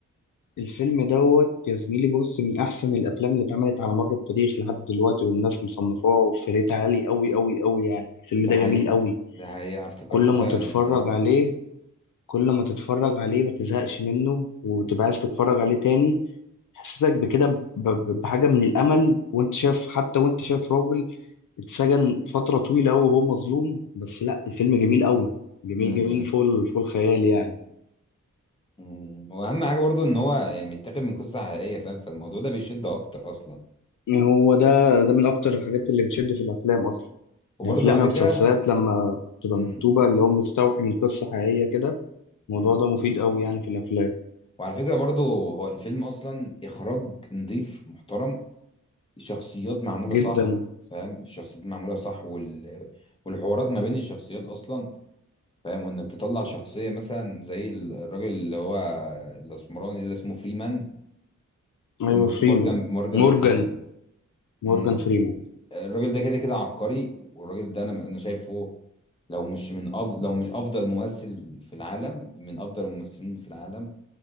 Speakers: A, on the left; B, on the left.
A: الفيلم دوت يا زميلي بص من أحسن الأفلام اللي اتعملت على مر التاريخ لحد دلوقتي والناس مصنفاه في ريت عالي أوي أوي أوي يعني الفيلم
B: ده
A: ده
B: حقيقة
A: جميل أوي
B: ده حقيقة افتكرته
A: كل ما
B: فعلا
A: تتفرج
B: اه
A: عليه كل ما تتفرج عليه ما تزهقش منه وتبقى عايز تتفرج عليه تاني حسيتك بكده ب- ب- بحاجة من الأمل وأنت شايف حتى وأنت شايف راجل اتسجن فترة طويلة أوي وهو مظلوم بس لأ الفيلم جميل أوي جميل
B: امم
A: جميل فوق ال- فوق الخيال يعني
B: امم واهم حاجة برضو ان هو يعني متاخد من قصة حقيقية فاهم فالموضوع ده بيشد اكتر اصلا
A: هو ده ده من اكتر الحاجات اللي بتشد في الافلام اصلا
B: وبرضو
A: الافلام
B: على
A: يا مسلسلات
B: فكرة
A: لما بتبقى
B: امم
A: مكتوبه اللي هو مستوحي من قصه حقيقيه كده
B: امم
A: الموضوع ده مفيد قوي يعني في الافلام
B: وعلى فكرة برضو هو الفيلم اصلا اخراج نظيف محترم الشخصيات معمولة
A: جدا
B: صح فاهم الشخصيات معمولة صح وال والحوارات ما بين الشخصيات اصلا فاهم وانك تطلع شخصيه مثلا زي ال- الراجل اللي هو الاسمراني اللي اسمه فريمان مورج-
A: ايوه فريمان
B: مورجان مورجان
A: مورجان
B: فريمان
A: مورجان
B: امم
A: فريمان
B: الراجل ده كده كده عبقري والراجل ده انا انا شايفه لو مش من أف... لو مش افضل ممثل في العالم من افضل الممثلين في العالم